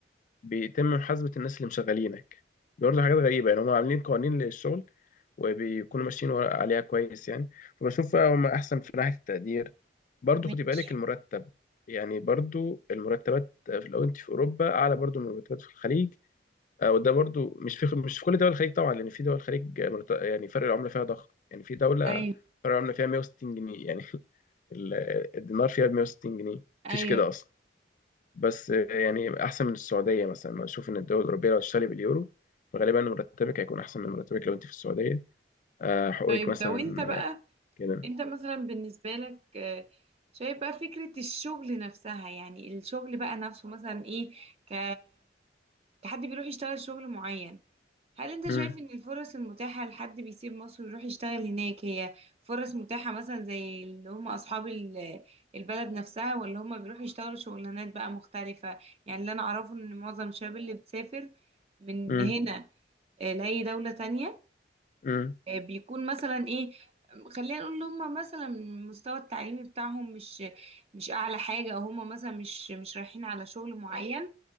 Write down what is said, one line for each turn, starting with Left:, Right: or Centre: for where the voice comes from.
Left: بيتم محاسبه الناس اللي مشغلينك دي برضو حاجات غريبه يعني هم عاملين قوانين للشغل وبيكونوا ماشيين ورا- عليها كويس يعني فبشوف هم احسن في ناحيه التقدير برضو
Right: ماشي
Left: خدي بالك المرتب يعني برضو المرتبات لو انت في اوروبا اعلى برضو من المرتبات في الخليج آه، وده برضو مش في مش في كل دول الخليج طبعا لان في دول الخليج مرت- يعني فرق العمله فيها ضخم يعني في دوله
Right: ايوه
Left: فرق العمله فيها 160 جنيه يعني <laughs> ال- الدينار فيها ب 160 جنيه
Right: ايوه
Left: مفيش كده اصلا بس آه، يعني احسن من السعوديه مثلا انا اشوف ان الدول الاوروبيه لو هتشتري باليورو فغالبا مرتبك هيكون احسن من مرتبك لو انت في السعوديه آه، حقوقك
Right: طيب
Left: مثلا
Right: لو انت بقى
Left: آه، كده
Right: انت مثلا بالنسبة لك آه، شايف بقى فكرة الشغل نفسها يعني الشغل بقى نفسه مثلا ايه ك... كحد بيروح يشتغل شغل معين هل انت
Left: امم
Right: شايف ان الفرص المتاحة لحد بيسيب مصر ويروح يشتغل هناك هي فرص متاحة مثلا زي اللي هم اصحاب ال- البلد نفسها ولا هم بيروحوا يشتغلوا شغلانات بقى مختلفة يعني اللي انا اعرفه ان معظم الشباب اللي بتسافر من
Left: امم
Right: هنا آه، لأي دولة تانية
Left: امم
Right: آه، بيكون مثلا ايه خلينا نقول ان هم مثلا المستوى التعليمي بتاعهم مش مش اعلى حاجه او هم مثلا مش مش رايحين على شغل معين